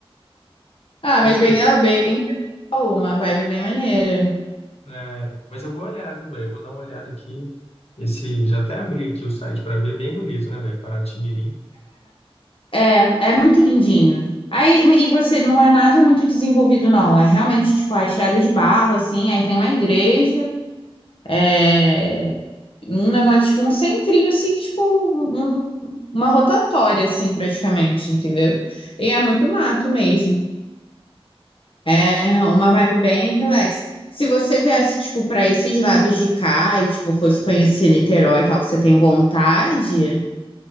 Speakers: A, on the left; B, on the left.
A: Ah,
B: outra
A: mas bem, né, bem, uma vibe bem maneira.
B: É, mas eu vou olhar, viu, velho? Eu vou dar uma olhada aqui. Esse, já até abri aqui o site para ver, é bem bonito, né, velho? Paraty-Mirim.
A: É, é muito lindinho. Aí, e você não é nada muito desenvolvido, não. É realmente tipo a estrada de barro, assim. Aí tem uma igreja, é um negócio tipo um centrinho, assim, tipo um- um, uma rotatória, assim, praticamente, entendeu? E é muito mato mesmo. É uma vibe bem relax. Se você viesse, tipo, para esses lados de cá e, tipo, fosse conhecer Niterói e tal, que você tem vontade.